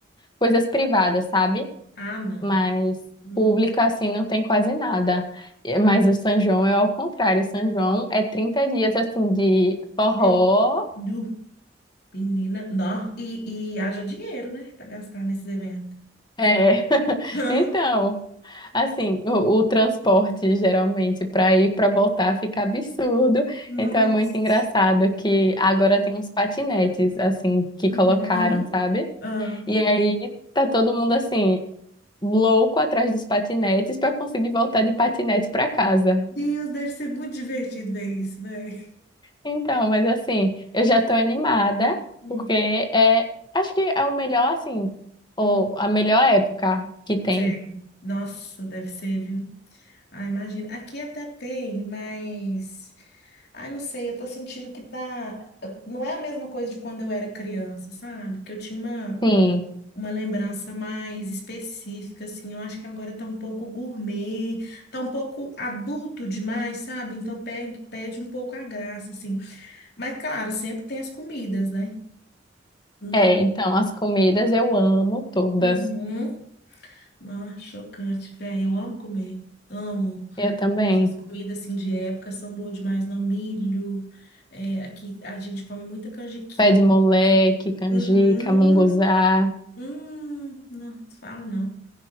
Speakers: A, on the left; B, on the left.
A: coisas privadas, sabe?
B: Ah, não.
A: Mas
B: Nossa,
A: público assim não tem quase nada. E- Mas o São João é ao contrário, o São João é 30 dias assim de forró.
B: meu, du, menina, não. E, e haja dinheiro, né, para gastar nesses eventos.
A: É, <laughs>
B: <laughs>
A: então, assim, o, o transporte geralmente para ir para voltar fica absurdo. Então
B: Nossa.
A: é muito engraçado que agora tem uns patinetes assim que
B: Uhum.
A: colocaram, sabe?
B: Ah.
A: E aí tá todo mundo assim louco atrás dos patinetes para conseguir voltar de patinete para casa.
B: Deus, deve ser muito divertido ver isso, velho.
A: Então, mas assim, eu já tô animada
B: Hum,
A: porque é, acho que é o melhor assim, ou
B: hum.
A: a melhor época que tem.
B: Sei. Nossa, deve ser, viu? Ah, imagina. Aqui até tem, mas. Ai, não sei, eu tô sentindo que tá. Não é a mesma coisa de quando eu era criança, sabe? Que eu tinha uma,
A: Sim,
B: uma lembrança mais específica, assim. Eu acho que agora tá um pouco gourmet, tá um pouco adulto demais, sabe? Então perde, perde um pouco a graça, assim. Mas, claro, sempre tem as comidas, né? Não,
A: É, então as comidas eu amo todas.
B: uhum. Não, chocante, velho. Eu amo comer. Amo.
A: Eu também.
B: Essas comidas assim de época são boas demais, não? Milho. É, aqui a gente come muita canjiquinha.
A: Pé de moleque,
B: também.
A: canjica,
B: Uhum.
A: munguzá.
B: Hum, não, falo não.